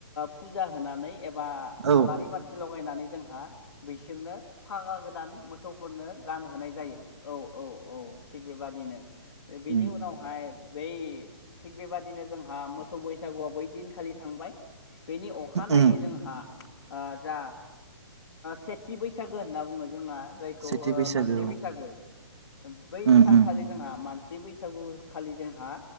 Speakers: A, on the left (about 75°); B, on the right (about 80°).
A: फुजा होनानै बा
B: औ
A: आलारि बाथि लगायनानै जोंहा बिसोरनो फागा गोदान मोसौफोरनो गानहोनाय जायो औ औ औ थिग बेबादिनो बेनि
B: उम
A: उनावहाय बै थिग बेबादिनो जोंहा मोसौ बैसागुआव बै दिनखालि थांबाय बेनि अखानायै
B: उम
A: जोंहा जा से थि बैसागो होनना बुङो जोंहा जायखौ
B: सेथि
A: ओ
B: बैसागो
A: मानसि
B: औ
A: बैसागो बै
B: उम
A: सानखालि
B: उम
A: जोंहा मान सि बैसागु खालि जोंहा